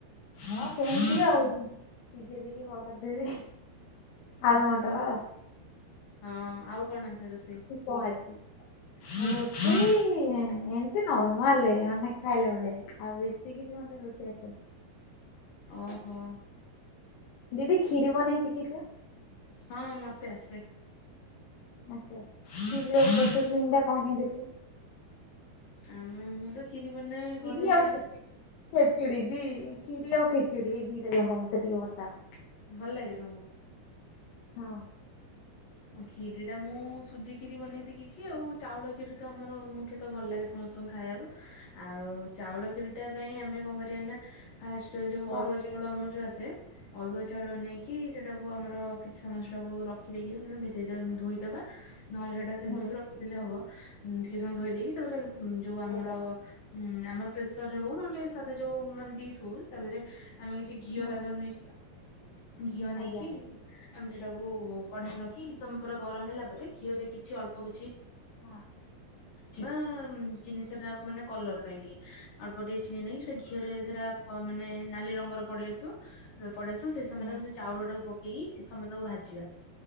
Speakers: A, on the left; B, on the left.
A: ହଁ ସେମିତି ଆଉ ଶିଯେଇ ଦେଇକି ବଘାରି ଦେବି। ଆଳୁ
B: ଆସେ
A: ମଟର
B: ଭଲସେ
A: ଆଉ।
B: ହଁ ଆଉ କଣ ଆସେ ରୋଷେଇ?
A: <unintelligible> ରୋଷେଇ ଏମତି ନର୍ମାଲ ଏ ମାନେ ଖାଇଲା ଭଳିଆ। ଆଉ ବେଶି କିଛି ମତେ ରୋଷେଇ ଆସେନି।
B: ଓହୋ।
A: ଦିଦି ଖିରି ବନେଇ ଶିକିଚ?
B: ହଁ ମତେ ଆସେ।
A: ଆଛା, ଖିରି ର ପ୍ରୋସେସିଂ ଟା କଣ କେମିତି ହୁଏ?
B: ଆମ ମୁଁ ତ ଖିରି ବନାଏ
A: ଖିରି
B: ଘରେ ଏକା
A: ଆଉ ଖେଚି ଖେଚେଡି ଦି ଖିୀରି ଆଉ ଖେଚେଡି ଏଇ ଦିଟା ଯାଙ୍କ ମତେ ଟିକେ ବତ୍ତାଅ।
B: ଭଲ ଲାଗେ ତମକୁ।
A: ହଁ।
B: ଖିରି ଟା ମୁଁ ସୁଜି ଖିରି ବନେଇ ଶିଖିଛି ଆଉ ଚାଉଳ ଖିରି ତ ଆମର ମୁଖ୍ୟତଃ ଭଲ ଲାଗେ ସମସ୍ତଙ୍କୁ ଖାଇଆକୁ। ଆଉ ଚାଉଳ ଖିରି ଟା ପାଇଁ ଆମେ କଣ କରିଆ ନା‌। ଫାଷ୍ଟରେ ଯୋଉ
A: କଣ
B: ଅରୁଆ ଚାଉଳ ଆମର ଯୋଉ ଆସେ ଅରୁଆ ଚାଉଳ ନେଇକି ସେଟାକୁ। କୁ ଆମର କିଛି ସମୟ ସେଟାକୁ ରଖିଦେକି ଭେଦେଇ ଦବା ଧୋଇଦବା ନହେଲେ ସେଟା ସେମିତି
A: ହୁଁ
B: ବି ର ଖି ଦେଲେ ହବ, ଟିକେ ସମୟ ଧୋଇ ଦେଇେଇକି ତାପରେ ଯୋଉ ଆମର।
A: ଆଜ୍ଞା
B: ହୁଁ ଆମର ପ୍ରେସରରେ ହଉ ନହେଲେ ସାଧା ଯୋଉ ମାନେ ଡିସ୍ ହଉ ତା ଦେହରେ ଆମେ କିଛି। ଘିଅ
A: ହୁଁ
B: ତା ଦେହରୁ ନେଇଯିବା, ଘିଅ ନେଇକି
A: ଆଜ୍ଞା
B: ଆମେ ସେଟାକୁ। କଢେଇରେ ରଖି କିଛି ସମୟ ପରେ ଗରମ ହେଲା ପରେ ଘିଅ ରେ କିଛି ଅଳ୍ପ କିଛି।
A: ହାଁ।
B: ଚିନି ସେଟା ମାନେ କଲର ପାଇଁ ଟିକେ ଅଳ୍ପ ଟିକେ ଚିନି ନେଇ ସେ ଘିଅରେ ସେଇଟା କ ମାନେ ନାଲି ରଙ୍ଗର ପଡିଆସିବ ଯେତେଳେ ପଡିଆସିବ ସେଇ ସମୟରେ
A: ହୁଁ
B: ଆମେ ସେ ଚାଉଳ ଟାକୁ ପକେଇକି କିଛି ସମୟ ତାକୁ ଭାଜିବା